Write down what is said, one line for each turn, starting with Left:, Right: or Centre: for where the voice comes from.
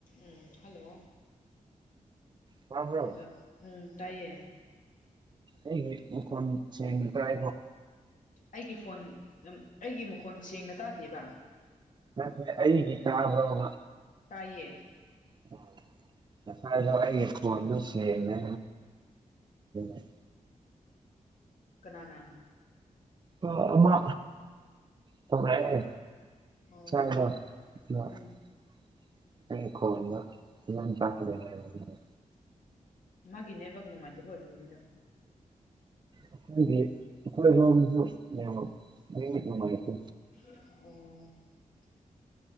Left: ꯎꯝ hello
Right: ꯇꯥꯕ꯭ꯔꯣ
Left: hello ꯎꯝ ꯇꯥꯢꯌꯦ
Right: ꯑꯩꯒꯤ ꯃꯈꯣꯟ ꯁꯦꯡꯕ꯭ꯔ ꯍꯥꯢꯌꯣ
Left: ꯑꯩꯒꯤ ꯐꯣꯟ ꯑꯩꯒꯤ ꯃꯈꯣꯟ ꯁꯦꯡꯅ ꯇꯥꯗꯦꯕ
Right: ꯅꯠꯇꯦ ꯑꯩꯒꯤ ꯇꯥꯕ꯭ꯔꯕ
Left: ꯇꯥꯏꯌꯦ
Right: ꯎꯝ ꯉꯁꯥꯢꯗꯣ ꯑꯩꯒꯤ ꯈꯣꯟꯗꯣ ꯁꯦꯡꯗꯦ <unintelligible>
Left: ꯀꯅꯥꯅ
Right: ꯑ ꯑꯃ ꯇꯧꯔꯛꯑꯦ
Left: ꯑꯣ
Right: <unintelligible>
Left: ꯎꯝ
Right: ꯑꯩ ꯈꯣꯟꯗꯣ ꯐꯖꯅ ꯇꯥꯗꯦ ꯍꯥꯢꯕ ꯑꯗꯨꯒꯤꯅꯦ
Left: ꯃꯥꯒꯤ ꯅꯦꯠꯋꯥꯛ ꯅꯨꯡꯉꯥꯏꯇꯕ ꯑꯣꯏꯔꯝꯅꯤꯗ
Right: ꯑꯈꯣꯢꯒꯤ ꯑꯈꯣꯢꯔꯣꯝꯁꯨ ꯅꯦꯠꯋꯛ ꯍꯦꯛ ꯍꯦꯛ ꯅꯨꯉꯥꯢꯇꯦ
Left: ꯑꯣ